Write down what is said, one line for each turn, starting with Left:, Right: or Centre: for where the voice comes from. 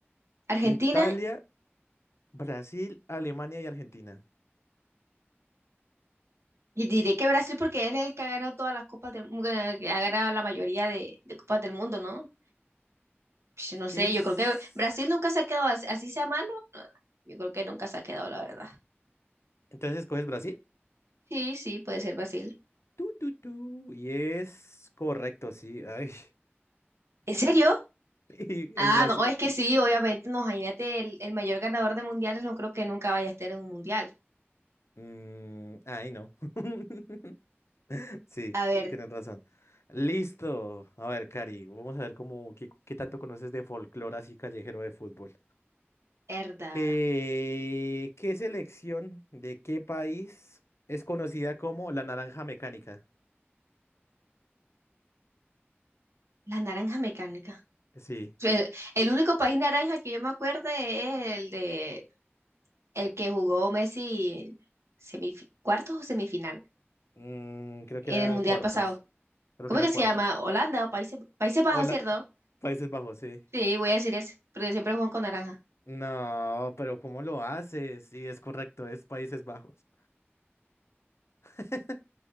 Left: <laughs>
Right: Argentina.
Left: Italia, Brasil, Alemania y Argentina.
Right: Y diré que Brasil porque él es el que ha ganado todas las copas del mundo, que ha ganado la mayoría de, de copas del mundo, ¿no? Ush, no
Left: ¿Qué
Right: sé,
Left: es?
Right: yo creo que Brasil nunca se ha quedado as- así, sea malo. no, Yo creo que nunca se ha quedado, la verdad.
Left: Entonces escoges Brasil.
Right: Sí, sí, puede ser Brasil.
Left: Tu, tu, tu. Y es correcto, sí. Ay,
Right: ¿En serio?
Left: <laughs> y
Right: Ah,
Left: es Brasil.
Right: no, es que sí, obviamente, no, imagínate, el, el mayor ganador de mundiales no creo que nunca vaya a estar en un mundial.
Left: Mm, ay, no. <laughs> Sí,
Right: A ver,
Left: tienes razón. Listo. A ver, Cari, vamos a ver cómo, qué, qué tanto conoces de folclore así callejero de fútbol.
Right: herda,
Left: Eh, ¿qué selección de qué país es conocida como la naranja mecánica?
Right: la naranja mecánica.
Left: Sí.
Right: El, el único país naranja que yo me acuerdo es el de el que jugó Messi semifi- cuartos o semifinal
Left: Mm, creo
Right: en
Left: que era
Right: el mundial
Left: cuartos.
Right: pasado.
Left: Creo
Right: ¿Cómo
Left: que era
Right: es que
Left: cuartos.
Right: se llama? Holanda o Países, Países Bajos,
Left: Hola,
Right: ¿cierto?
Left: Países Bajos, sí.
Right: Sí, voy a decir eso, porque siempre juegan con naranja.
Left: No, pero ¿cómo lo haces? Sí, es correcto, es Países Bajos. <laughs>